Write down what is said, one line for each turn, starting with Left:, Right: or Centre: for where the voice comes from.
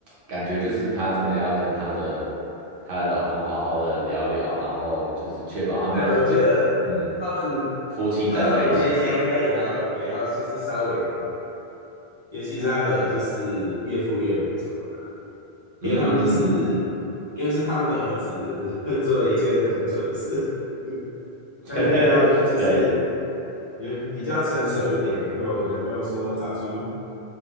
Right: 感觉就是她真的要跟她的她的老公好好的聊聊，然后就是确保他们
Left: 对啊，我觉得他们
Right: 嗯夫妻站在一起。
Left: 她老公那一家应该也要也要就是稍微，尤其是她的就是岳父岳母什么的，
Right: 嗯，
Left: 因为他们就是因为是他们的儿子 <laughs> 做了一件很蠢的事，<laughs> 他应该要就是
Right: <laughs> 对，
Left: 有比较成熟一点，能够能够说找出